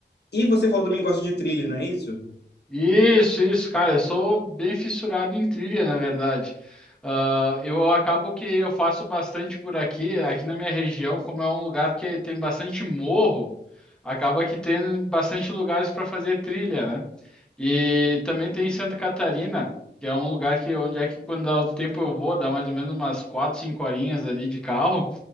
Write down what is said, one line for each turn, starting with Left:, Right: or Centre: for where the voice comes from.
Left: E você falou também que gosta de trilha, não é isso?
Centre: Isso, isso, cara. Eu sou bem fissurado em trilha, na verdade. Ah, eu acabo que eu faço bastante por aqui, aqui na minha região, como é um lugar que tem bastante morro, acaba que tem bastante lugares para fazer trilha, né? E também tem Santa Catarina, que é um lugar que onde é que quando dá um tempo eu vou, dá mais ou menos umas quatro, cinco horinhas ali de carro.